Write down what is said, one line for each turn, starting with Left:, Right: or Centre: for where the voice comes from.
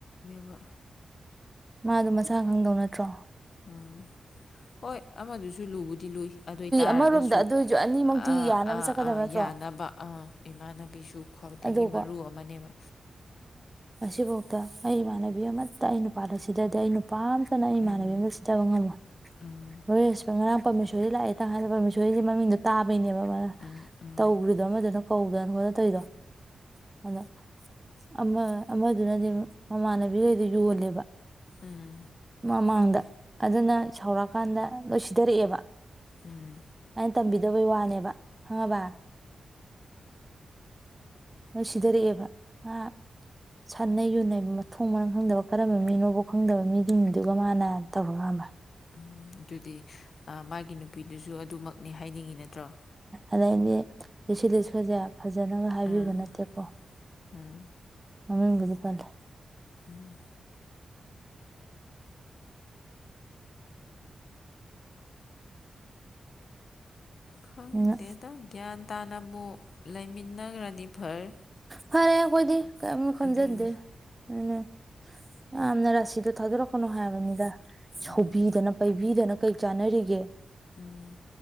Left: ꯕ
Right: ꯃꯥꯗꯣ ꯃꯁꯥ ꯈꯪꯗꯧ ꯅꯠꯇ꯭ꯔꯣ
Left: ꯎꯝ ꯍꯣꯏ ꯑꯃꯗꯨꯁꯨ ꯂꯨ ꯗꯤ ꯂꯨꯏ ꯑꯗꯨ ꯑꯣꯏꯇꯥꯥꯔꯒꯁꯨ
Right: ꯑꯃꯔꯣꯝꯗ ꯑꯗꯨ ꯑꯣꯏꯁꯨ ꯑꯅꯤꯃꯛꯇꯤ
Left: ꯑ
Right: ꯌꯥꯅꯕ
Left: ꯑꯥ
Right: ꯆꯠꯀꯗꯕ
Left: ꯑꯥ
Right: ꯅꯠꯇ꯭ꯔꯣ
Left: ꯌꯥꯅꯕ ꯑ ꯏꯃꯥꯟꯅꯕꯤꯁꯨ ꯈ꯭ꯋꯥꯏꯗꯒꯤ
Right: ꯑꯗꯨꯀꯣ
Left: ꯃꯔꯨ ꯑꯃꯅꯦꯕ
Right: ꯑꯁꯤꯐꯥꯎꯗ ꯑꯩ ꯏꯃꯥꯟꯅꯕꯤ ꯑꯃꯠꯇ ꯑꯩ ꯅꯨꯄꯥꯜ ꯑꯁꯤꯗꯗꯤ ꯑꯩ ꯄꯥꯝꯇꯅ ꯑꯩ ꯏꯃꯥꯟꯅꯕꯤ
Left: ꯎꯝ
Right: ꯑꯃꯝꯗ ꯁꯤꯠꯇꯕ ꯉꯝꯃꯣꯏ
Left: ꯎꯝ
Right: ꯂꯣꯏꯔꯁꯨꯕ ꯉꯔꯥꯡ ꯄꯔꯃꯦꯁꯔꯤ ꯂꯥꯛꯑꯦ ꯇꯪ ꯍꯥꯏꯜꯗꯦ ꯄꯔꯃꯦꯁꯣꯔꯤꯁꯤ ꯃꯃꯤꯡꯣ ꯇꯥꯕꯩꯅꯦꯕ ꯃꯥ
Left: ꯎꯝ ꯎꯝ
Right: ꯇꯧ꯭ꯔꯤꯗꯣ ꯑꯃꯗꯨꯗ ꯀꯧꯒꯅ ꯍ ꯇꯩꯔ ꯑꯗꯣ ꯑꯃ ꯑꯃꯗꯨꯅꯗꯤ ꯃꯃꯥꯟꯅꯕꯤꯈꯩꯗ ꯌꯣꯜꯂꯦꯕ
Left: ꯎꯝ
Right: ꯃꯃꯥꯡꯗ ꯑꯗꯨꯅ ꯁꯧꯔꯛꯑꯀꯥꯟꯗ ꯂꯣꯏ ꯁꯤꯊꯔꯛꯑꯦꯕ
Left: ꯎꯝ
Right: ꯑꯩꯅ ꯇꯝꯕꯤꯗꯕꯩ ꯋꯥꯅꯦꯕ ꯈꯪꯉꯕ ꯅꯁꯤꯙꯔꯕ ꯑ ꯁꯥꯟꯅꯩ ꯌꯨꯅꯩ ꯃꯊꯣꯡ ꯃꯔꯥꯡ ꯈꯪꯗꯕ ꯀꯔꯝꯕ ꯃꯤꯅꯣꯕꯣ ꯈꯪꯗꯕ ꯃꯤꯗꯨꯗꯨꯒ ꯃꯥꯅ ꯇꯧꯔꯒꯃꯦ <inaudible>
Left: ꯎꯝ ꯑꯗꯨꯗꯤ ꯃꯥꯒꯤ ꯅꯨꯄꯤꯗꯨꯁꯨ ꯑꯗꯨꯃꯛꯅꯤ ꯍꯥꯏꯅꯤꯡꯉꯤ ꯅꯠꯇ꯭ꯔꯣ
Right: ꯑꯗ ꯑꯩꯒꯤ ꯂꯤꯁꯤ ꯂꯤꯁꯈꯁꯦ ꯐꯖꯅ ꯍꯥꯏꯕꯤꯕ
Left: ꯎꯝ
Right: ꯅꯠꯇꯦꯀꯣ
Left: ꯎꯝ
Right: ꯑꯒꯗꯤ ꯇꯔ
Left: ꯎꯝ ꯈꯪꯗꯦꯗ
Right: ꯑꯗꯨꯅ
Left: ꯒ꯭ꯌꯥꯟ ꯇꯥꯅꯕꯨ ꯂꯩꯃꯤꯟꯅꯈ꯭ꯔꯅꯤ ꯐꯔ
Right: ꯐꯔꯦ ꯀꯣꯏꯗꯤ ꯀ ꯈꯟꯖꯗꯦ
Left: ꯑꯗꯨꯅꯤ
Right: ꯑꯗꯨꯅꯦ ꯌꯥꯝꯅ ꯔꯥꯁꯤꯗꯣ ꯊꯥꯗꯣꯔꯛꯀꯅꯣ ꯍꯥꯏꯕꯅꯤꯗ
Left: ꯎꯝ
Right: ꯁꯧꯕꯤꯗꯅ ꯄꯥꯏꯕꯤꯗꯅ ꯀꯩ ꯆꯥꯟꯅꯔꯤꯒꯦ
Left: ꯎꯝ